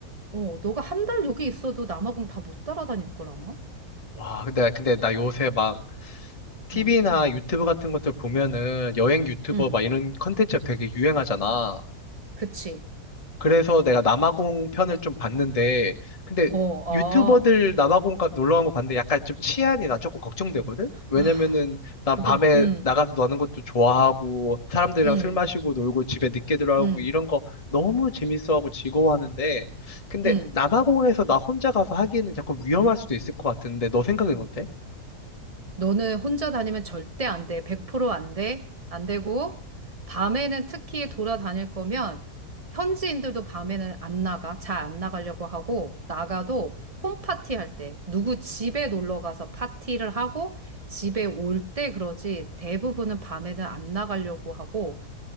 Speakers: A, on the right; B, on the left.
A: 어, 너가 한 달 여기 있어도 남아공 다 못 따라다닐 걸 아마?
B: 와 근데 근데 나 요새 막 TV나
A: 응,
B: 유튜브 같은 것들 보면은 여행 유튜버
A: 응,
B: 막 이런 컨텐츠가 되게 유행하잖아.
A: 그치.
B: 그래서 내가 남아공
A: 맞아.
B: 편을 좀 봤는데, 근데
A: 어, 아,
B: 유튜버들 남아공 가- 놀러 간 거 봤는데 약간 좀 치안이 나 조금 걱정되거든? 왜냐면은
A: 아,
B: 난
A: 그거,
B: 밤에
A: 응,
B: 나가서 노는 것도 좋아하고, 사람들이랑
A: 응.
B: 술 마시고 놀고 집에 늦게 들어가고
A: 응,
B: 이런 거 너무 재밌어하고 즐거워하는데, 근데
A: 응.
B: 남아공에서 나 혼자 가서 하기에는 약간 위험할 수도 있을 것 같은데, 너 생각은 어때?
A: 너는 혼자 다니면 절대 안 돼. 100%안 돼. 안 되고, 밤에는 특히 돌아다닐 거면, 현지인들도 밤에는 안 나가. 잘 안 나가려고 하고, 나가도 홈파티 할 때, 누구 집에 놀러 가서 파티를 하고, 집에 올 때 그러지, 대부분은 밤에는 안 나가려고 하고,